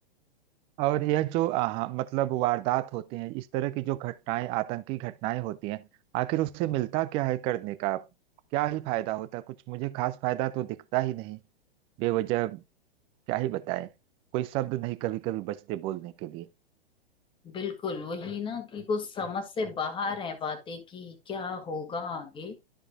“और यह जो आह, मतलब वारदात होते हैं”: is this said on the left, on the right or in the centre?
Right